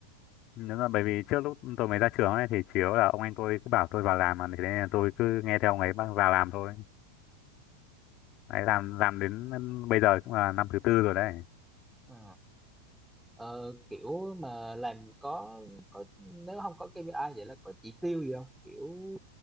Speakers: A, on the left; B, in the centre.
A: Đúng rồi, bởi vì trước lúc tôi mới ra trường ấy thì chủ yếu là ông anh tôi cứ bảo tôi vào làm mà thế nên là tôi cứ nghe theo ông ấy bắt- vào làm thôi. Đấy, làm làm đến bây giờ cũng là năm thứ tư rồi đấy.
B: Ờ, ờ, kiểu mà làm có có nếu không có KPI vậy là có chỉ tiêu gì không kiểu